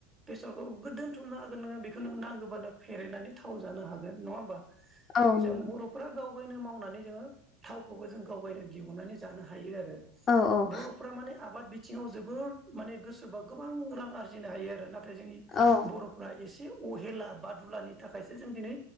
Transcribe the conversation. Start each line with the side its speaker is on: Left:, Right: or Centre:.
Right: बेसरखौ गो दोनथुमनो हागोन नोङो बे खौ नों नांगौबानो फेरेदनानै थाव जानो हागोन नङा होमबा?
Left: औ
Right: जों
Left: नंगौ
Right: बर'फ्रा गाव गावनो मावनानै जोङो थावखौबो जों गाव गावनो दिहुननानै जानो हायो आरो।
Left: औ औ
Right: बर'फोरा माने आबाद बिथिं ङाव जोबोर माने गोसोबा गोबां रां आरजिनो हायो आरो। नाथाय जोंनि
Left: ओ
Right: बर'फ्रा एसे अहेला बादुलानि थाखायसो जों दिनै